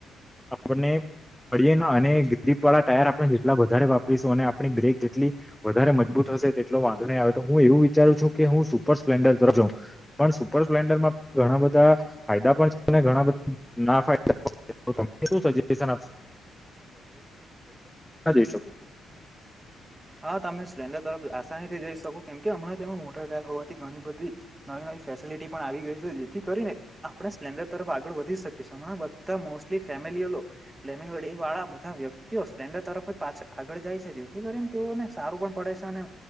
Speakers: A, in the centre; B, on the right.
A: આપને પડીએ ન અને ગીપ વાળા ટાયર આપણે જેટલા વધારે વા પરીશુ અને આપણી બ્રેક જેટલી વધારે મજબૂત હશે તેટલો વાંધો નહીં આવે તો હું એવું વિચારું છું, કે હું સુપર સ્પેન્ડ તરફ જવ પણ સુપર સ્પ્લેન્ડરમાં ઘણા બધા ફાયદા પણ છે, અને ઘણા બધા ના <inaudible>
B: હા તમે સ્પેન્ડર તરફ આસાનીથી જઈ શકો કેમ કે હમણાં તેમાં મોટર ટાયર હોવાથી ઘણી બધી નવી ન વી ફેસિલીટી પણ આવી ગઈ છે, જેથી કરીને આપ સપલેનદર તરફ આગળ વ ધી શકીશ હમણાં બધા મોસ્ટલી ફેમિલીઓ ફેલીમિંગ વળી વાળા બધા વ્યક્તિઓ સ્પ્લેન્ડર તરફ જ પાછા આગળ જાય છે, જેથી કરી ને તેઓને સારું પણ પડે છે, અને